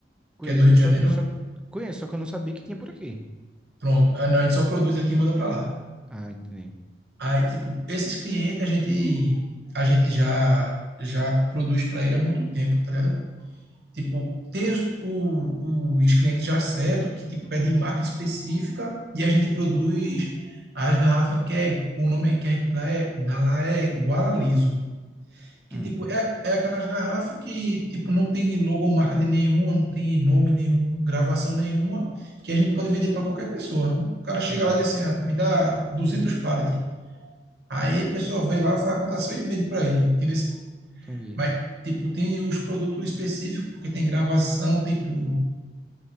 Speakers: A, in the centre; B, on the right (about 60°).
A: Conheço,
B: Que é do Rio
A: conheço,
B: de Janeiro?
A: só, só conheço, só que eu não sabia que tinha por aqui.
B: Pronto. Ah, não, A gente só produz aqui e manda pra lá.
A: Ah, entendi.
B: Aí, tipo, esses clientes a gente a gente já já produz para ele há muito tempo, tá ligado? Tipo, tem os, o- os clientes já certo que tipo é de marca específica e a gente produz as garrafas que é o nome que a gente dá é dá lá é guala liso que
A: Hum,
B: tipo é, é aquelas garrafas que tipo não tem logomarca de nenhuma, não tem nome nenhum, gravação nenhuma, que a gente pode vender para qualquer pessoa. O cara chega
A: entendi,
B: lá e diz assim, ah, me dá 200 pallets. Aí a pessoa vê lá, faz a cotação e vende para ele, entendeu?
A: entendi.
B: Mas, tipo, tem os produtos específicos, porque tem gravação, tem tudo.